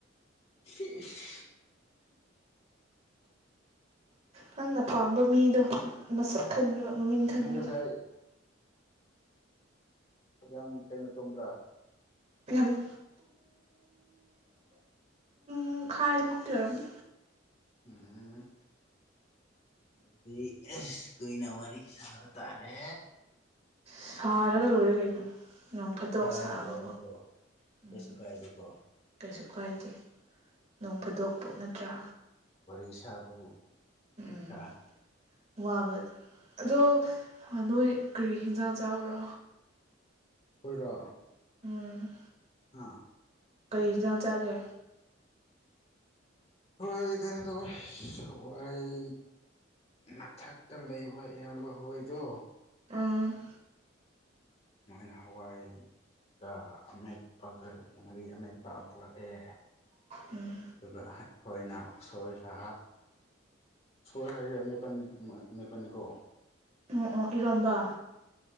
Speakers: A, on the left; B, on the right.
A: <unintelligible>
B: ꯅꯪꯅ ꯄꯥꯝꯕ ꯃꯤꯗꯣ ꯃꯁꯛ ꯈꯪꯉꯤꯕ ꯃꯃꯤꯡ ꯈꯪꯈꯤꯕ
A: ꯅꯪ ꯉꯁꯥꯏ ꯌꯥꯝ ꯀꯩꯅꯣ ꯇꯨꯝꯕ꯭ꯔꯥ
B: ꯌꯥꯝ ꯄꯨꯡꯈꯥꯏ ꯃꯨꯛꯇꯤ ꯑꯣꯏꯔꯝꯅꯤ
A: ꯎꯝ ꯑꯗꯨꯗꯤꯁ ꯀꯨꯏꯅ ꯋꯥꯔꯤ ꯁꯥꯕ ꯇꯥꯔꯦ꯫
B: ꯁꯔꯥꯒ ꯂꯣꯏꯔꯦ ꯀꯩꯅꯣ꯫ ꯅꯣꯡ ꯐꯥꯠꯇꯣꯛ
A: ꯁꯥꯔꯒ
B: ꯁꯥꯕꯕꯨ
A: ꯂꯣꯏꯔꯦꯀꯣ
B: ꯎꯝ
A: ꯀꯩꯁꯨ ꯀꯥꯏꯗꯦꯀꯣ
B: ꯀꯩꯁꯨ ꯀꯥꯏꯗꯦ ꯅꯣꯡ ꯐꯥꯗꯣꯛꯄꯨ ꯅꯠꯇ꯭ꯔꯥ
A: ꯋꯥꯔꯤ ꯁꯥꯕꯕꯨ
B: ꯎꯝ
A: ꯅꯠꯇ꯭ꯔ
B: ꯋꯥꯕ ꯑꯗꯣ ꯅꯣꯏ ꯀꯔꯤ ꯍꯟꯖꯥꯡ ꯆꯥꯕ꯭ꯔꯣ
A: ꯈꯣꯏꯔꯣ
B: ꯎꯝ
A: ꯑꯥ
B: ꯀꯔꯤ ꯍꯦꯟꯖꯥꯡ ꯆꯥꯒꯦ꯫
A: ꯍꯣꯏ ꯀꯩꯅꯣ ꯇꯧꯏ ꯁꯋꯥꯏ ꯃꯊꯛꯇ ꯂꯩꯕ ꯏꯌꯥꯝꯕ ꯍꯣꯏꯗꯨ
B: ꯎꯝ
A: ꯃꯥꯏꯅ ꯍꯋꯥꯏ ꯑꯃꯦꯠꯄ ꯉꯥꯔꯤ ꯑꯃꯦꯠꯄ ꯄꯨꯔꯛꯑꯦ꯫
B: ꯎꯝ
A: ꯑꯗꯨꯒ ꯑꯩꯈꯣꯏꯅ ꯎꯁꯣꯏꯒ ꯁꯣꯏ ꯍꯥꯏꯁꯦ ꯑꯃꯦꯠꯄ ꯑꯃꯦꯠꯄꯅꯤꯀꯣ꯫
B: ꯑꯣ ꯑꯣ ꯏꯔꯣꯝꯕ